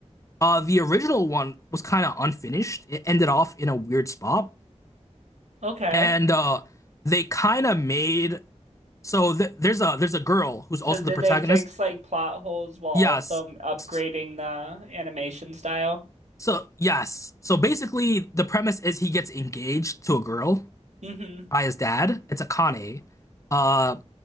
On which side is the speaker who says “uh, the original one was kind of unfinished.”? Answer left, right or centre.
Left